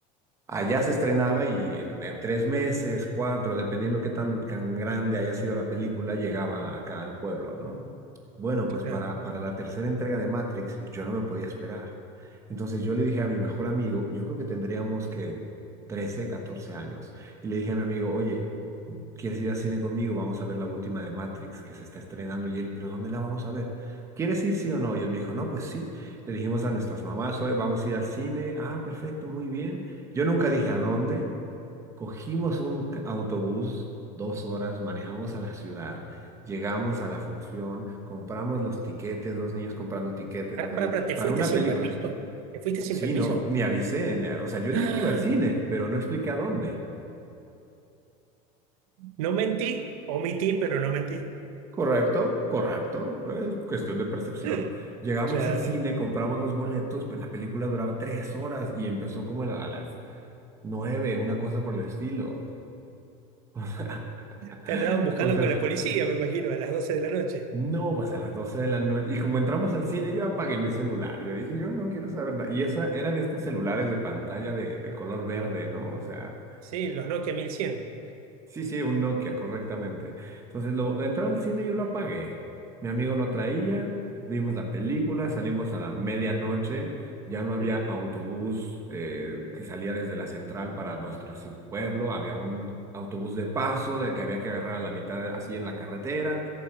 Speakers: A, on the right (about 15°); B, on the right (about 85°).
A: Allá se estrenaba y en, en tres meses, cuatro, dependiendo qué tan, tan grande haya sido la película, llegaba acá al pueblo, ¿no? Bueno, pues
B: claro.
A: para, para la tercera entrega de Matrix yo no me podía esperar. Entonces yo le dije a mi mejor amigo, yo creo que tendríamos que 13, 14 años, y le dije a mi amigo, oye, ¿quieres ir al cine conmigo? Vamos a ver la última de Matrix que se está estrenando. Y él, ¿pero dónde la vamos a ver? ¿Quieres ir sí o no? Y él me dijo, no, pues sí. Le dijimos a nuestras mamás, hoy vamos a ir al cine. Ah, perfecto, muy bien. Yo nunca dije a dónde. Cogimos un c- autobús, dos horas, manejamos a la ciudad, llegamos a la función, compramos los tiquetes, dos niños comprando tiquetes
B: Pará,
A: ahí
B: pará, pará, ¿te
A: para
B: fuiste
A: una
B: sin
A: película.
B: permiso? ¿Te fuiste sin
A: Sí,
B: permiso?
A: no, ni avisé. ni a- o sea, yo
B: <gasps>
A: dije que iba al cine, pero no expliqué a dónde.
B: No mentí, omití, pero no mentí.
A: Correcto, correcto, pues cuestión de percepción.
B: <laughs>
A: Llegamos
B: Claro.
A: al cine, compramos los boletos, pero la película duraba tres horas y empezó como a la- a las nueve, una cosa por el estilo. <laughs>
B: Te andaban buscando
A: O sea,
B: con la policía, me imagino, a las doce de la noche.
A: No, pues a las 12 de la noche. Y como entramos al cine, yo apagué mi celular. Yo dije, yo no quiero saber
B: Uh,
A: nada. Y esa era de estos celulares de pantalla de, de color verde, ¿no? O sea,
B: Sí, los Nokia 1100.
A: Sí, sí, un Nokia, correctamente. Entonces, lo, entró al cine, yo lo apagué. Mi amigo no traía, vimos la película, salimos a la medianoche, ya no había
B: Eh,
A: autobús eh, que salía desde la central para nuestro así, pueblo, había un autobús de paso del que había que agarrar a la mitad así en la carretera.